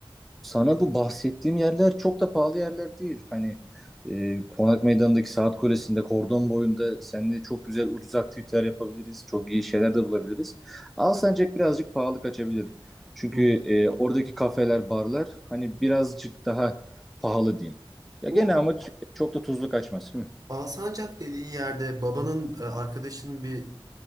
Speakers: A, in the centre; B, on the right.
A: Sana bu bahsettiğim yerler çok da pahalı yerler değil. Hani e, Konak Meydanı'ndaki Saat Kulesi'nde, Kordon boyunda seninle çok güzel ucuz aktiviteler yapabiliriz. Çok iyi şeyler de bulabiliriz. Alsancak birazcık pahalı kaçabilir. Çünkü
B: Hı hı.
A: e, oradaki kafeler, barlar hani birazcık daha pahalı diyeyim. Ya
B: Bu
A: gene ama ç- çok da tuzlu kaçmaz. Hı.
B: Alsancak dediğin yerde babanın e, arkadaşının bir